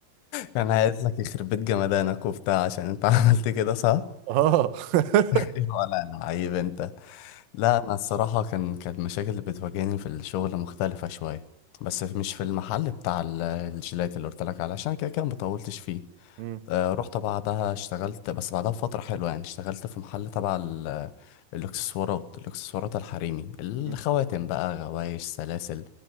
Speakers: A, on the left (about 75°); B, on the right (about 70°).
A: كان عايز لك يخرب بيت جمدانك وبتاع عشان انت <laughs> عملت كده صح
B: اه <laughs>
A: <laughs> ولا لعيب انت لا انا الصراحه كان كان المشاكل اللي بتواجهني في الشغل مختلفه شويه بس في- مش في المحل بتاع ال- الجيلات اللي قلت لك عليه عشان كده كده ما طولتش فيه
B: مم.
A: آه، رحت بعدها اشتغلت بس بعدها بفترة حلوة يعني اشتغلت في محل تبع ال- الإكسسوارات الإكسسوارات الحريمي الخواتم
B: مم.
A: بقى غوايش سلاسل